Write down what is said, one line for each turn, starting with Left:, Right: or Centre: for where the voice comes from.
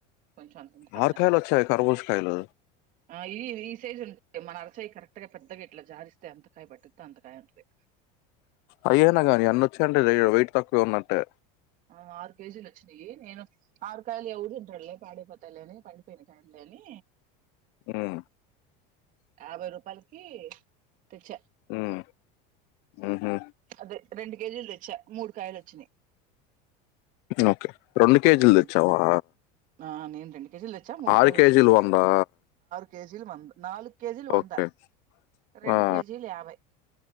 Right: కొంచెం అంతంత పెద్ద
Left: ఆరు కాయలు వచ్చాయి కర్బూజ కాయలు
Right: ఆ ఈ ఈ సైజు ఉంట మన అరచాయి కరెక్ అత్తగా పెద్దగా ఇట్లా జారిస్తే అంతకాయ పట్టిదో అంతకాయ ఉంటుది
Left: అయ్యేన గాని అన్న వచ్చండడు బయట తక్కువ ఉన్నట్టే
Right: ఆ ఆరు కేజీల వచ్చినీ నేను ఆరు కాయలు ఎవదంట్రల్లే పాడే పతాయిలని పండి పేనకాయ లే
Left: మ్మ్.
Right: యాభై రూపాయలకి తెచ్చ
Left: మ్మ్. మ్హూ.
Right: అదే రెండు కేజీలు తెచ్చా మూడు కాయలు వచ్చినాయి
Left: ఓకే రెండు కేజీలు
Right: ఉమ్.
Left: తెచ్చావా
Right: ఆ నేను రెండు కేజీలు తెచ్చా మూడు
Left: ఆరు
Right: కాయలు
Left: కేజీలు
Right: వచ్చినాయి
Left: వందా
Right: కేజీ నాలుగు కేజీలు వంద
Left: ఓకే
Right: రెండు
Left: ఆ
Right: కేజీలు యాభై